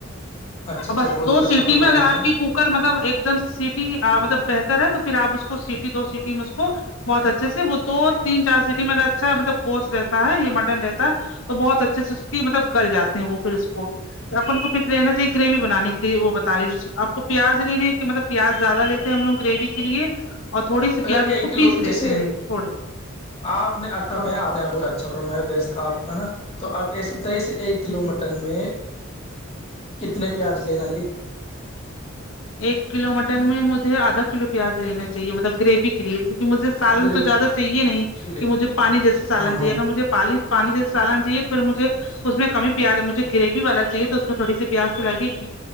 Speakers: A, on the left; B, on the left.
A: اچھا اچھا
B: بس
A: بہت
B: دو
A: اچھا
B: سیٹی
A: فرمایا
B: میں اگر آپ
A: نے
B: کی کوک مطلب ایک دم سے سٹی مطلب بہتر ہے تو پھر آ اس کو سٹی دو سٹی میں اس کو بہت اچھے سے وہ تو تین چار سٹی میںا اچھا مطلب گوشت رہتا ہے یا مٹن رہتا ہے تو بہت اچھے سے اس کی مطلب گل جاتے ہیں وہ پھر اس کو تو اپن کو پھر لینااہیے گریوی بنان کے وہ بتا رہی آپ کو پیاز لینے کے مطلب پیاز زیادہ لیتے ہیں ہم لوگ گریوی کے لیے اور تھوڑی سی
A: اگر
B: پیاز اس
A: ایک
B: کو
A: کلو
B: پیس لیتے
A: جیسے
B: ہیں تھوڑ
A: آپ نے اھاپہت اچھاپ ہے نا تو آپ ایسے بتائیے ایک کلو
B: جی جی
A: مٹن میں کتنے پیاز لینا ل
B: ایک کلو مٹن میں مجھے آدھا کلو پیاز لینا چاہیے مطلب گریوی کے لیے کیونکہ مجھے سالن
A: گریوی
B: تو زیادہ چاہیے نہیں
A: کے لیے
B: کہ مجھے پانی جیسے سالن
A: ہاں ہاں
B: چاہیے اگر مجھے پانی پانییسے سالانا چاہے تو پھر مجھے میں کمی پیاز مجھے گریوی والا چاہیے تو اس میں تھوڑی پیاس تو لگے گی